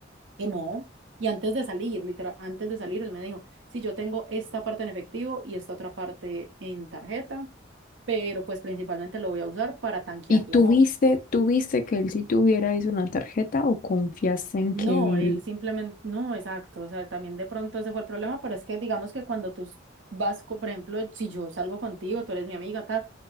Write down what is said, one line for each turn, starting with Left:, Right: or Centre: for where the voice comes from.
Right: que no. Y antes de salir, literal, antes de salir, él me dijo, si yo tengo esta parte en efectivo y esta otra parte en tarjeta, pero pues principalmente lo voy a usar para tanquear
Left: ¿Y tuviste,
Right: la moto.
Left: tuviste que él sí tuviera eso en la tarjeta o confiaste en
Right: No,
Left: que él
Right: él simplemente, no, exacto, o sea, también de pronto ese fue el problema, pero es que digamos que cuando tú vas, co- por ejemplo, si yo salgo contigo, tú eres mi amiga, tal,